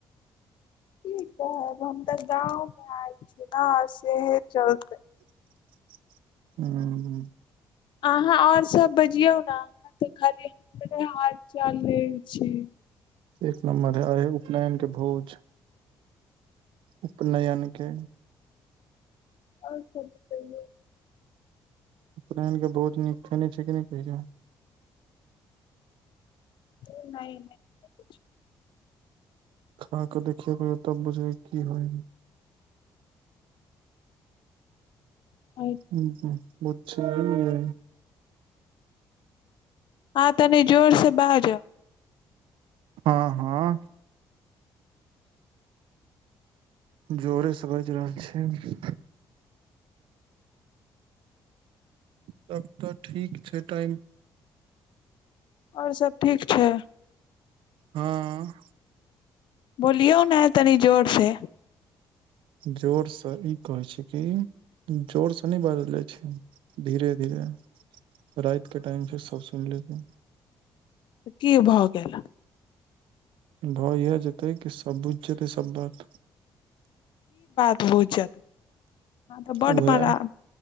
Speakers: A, on the left (about 65°); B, on the right (about 80°).
A: कि कहब हम तऽ गाँवमे आयल छियै न सेहे चलते
B: <inaudible> हू ह्म
A: अहाँ और सभ बजियौ न अहाँ तऽ खाली हमरे हाल चाल लैछी
B: एक नम्बर है आय है उपनयनके भोज उपनयन के
A: और सब बतैयौ
B: उपनयन के भोज नीक खेने छि कि नै कहियो
A: नइ नइ नइ कुछो
B: खा कऽ देखिया कहियो तब बुझबै की होय हइ
A: नहि
B: हू बुझलियै
A: आहाँ तनि जोर से बाजअ
B: हँ हँ जोरेसँ बाइज रहल छी तब तऽ ठीक छै टाइम
A: और सभ ठीक छै
B: हँ
A: बोलियौ ने तनी जोर से
B: जोरसँ ई कहै छी कि जोरसँ नै बाजल जाय छै धीरे धीरे राइत के टाइम छै सब सुइन लेतै
A: की भ गेला
B: भ इएह जेतै कि सभ बुझि जेतै सभ बात
A: बुझ जेतै अहां तऽ बड़ा
B: उहे
A: बड़ा